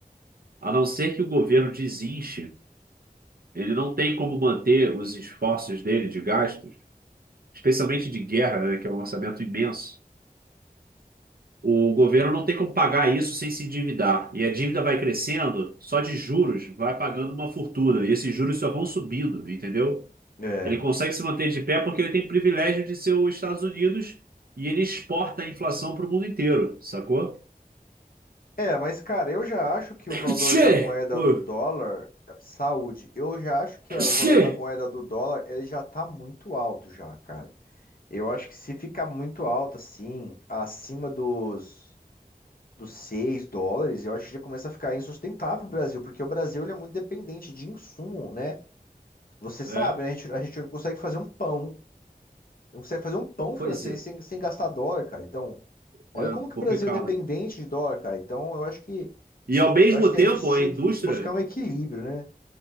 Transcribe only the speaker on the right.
A não ser que o governo desinche, ele não tem como manter os esforços dele de gastos, especialmente de guerra, né, que é um orçamento imenso. O governo não tem como pagar isso sem se endividar. E a dívida vai crescendo, só de juros vai pagando uma fortuna. E esses juros só vão subindo, entendeu?
Ele consegue se manter de pé porque ele tem privilégio de ser os Estados Unidos e ele exporta a inflação para o mundo inteiro, sacou?
Che!
Ui,
Che!
é,
pois é,
é
complicado.
E ao mesmo
tempo,
a indústria,